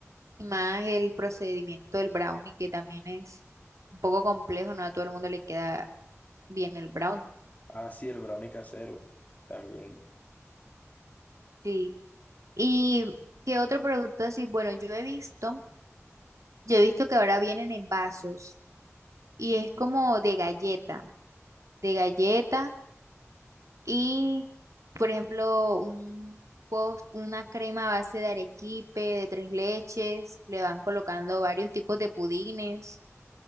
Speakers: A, on the right (about 90°); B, on the left (about 30°).
A: Y Más el procedimiento del brownie, que también es un poco complejo, no a todo el mundo le queda bien el brownie.
B: Ah, sí, el brownie casero también.
A: Sí. ¿Y qué otro producto así? Bueno, yo he visto, yo he visto que ahora vienen en vasos y es como
B: Mm.
A: de galleta, de galleta y, por ejemplo, un post una crema a base de arequipe, de tres leches, le van colocando varios tipos de pudines.